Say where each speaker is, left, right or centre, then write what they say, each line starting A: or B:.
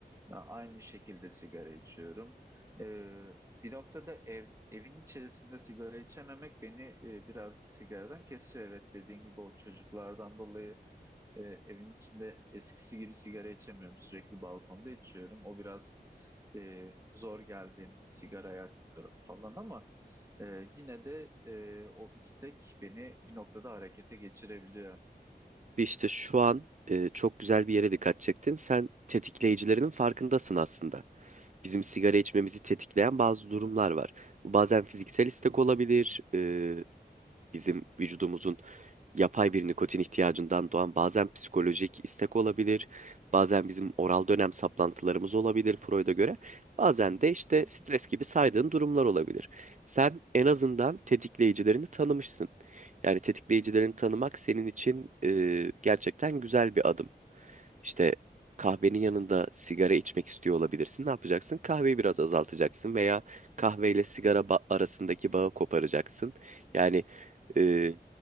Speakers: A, on the right; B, on the right.
A: ya, aynı şekilde sigara içiyorum. Ee, bir noktada ev, evin içerisinde sigara içememek beni e, birazcık sigaradan kesiyor. Evet dediğin gibi o çocuklardan dolayı e, evin içinde eskisi gibi sigara içemiyorum. Sürekli balkonda içiyorum. O biraz e, zor geldiğinde sigara yakmıyorum falan ama e, yine de e, o istek beni bir noktada harekete geçirebiliyor.
B: İşte şu an e, çok güzel bir yere dikkat çektin. Sen tetikleyicilerinin farkındasın aslında. Bizim sigara içmemizi tetikleyen bazı durumlar var. Bu bazen fiziksel istek olabilir, e, bizim vücudumuzun yapay bir nikotin ihtiyacından doğan bazen psikolojik istek olabilir, bazen bizim oral dönem saplantılarımız olabilir Freud'a göre, bazen de işte
A: Hı hı.
B: stres gibi saydığın durumlar olabilir. Sen en azından tetikleyicilerini tanımışsın. Yani tetikleyicilerini tanımak senin için e, gerçekten güzel bir adım. İşte kahvenin yanında sigara içmek istiyor olabilirsin. Ne yapacaksın? Kahveyi biraz azaltacaksın veya kahveyle sigara ba- arasındaki bağı koparacaksın. Yani e,